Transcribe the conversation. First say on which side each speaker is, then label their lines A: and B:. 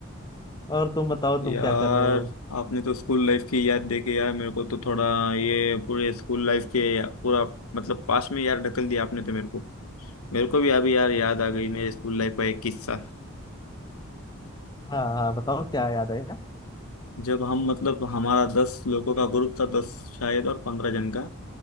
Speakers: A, on the left; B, on the left.
A: <laughs> और तुम बताओ
B: यार
A: तुम क्या कर रहे हो
B: आपने तो स्कूल लाइफ की याद दे के यार मेरे को तो थोड़ा ये पूरे स्कूल लाइफ के पूरा मतलब पास में यार ढकल दिया आपने तो मेरे को मेरे को भी अभी यार याद आ गई मेरे स्कूल लाइफ का एक किस्सा
A: हाँ हाँ बताओ क्या याद है यार?
B: जब हम मतलब हमारा दस लोगों का ग्रुप था दस शायद और पंद्रह जन का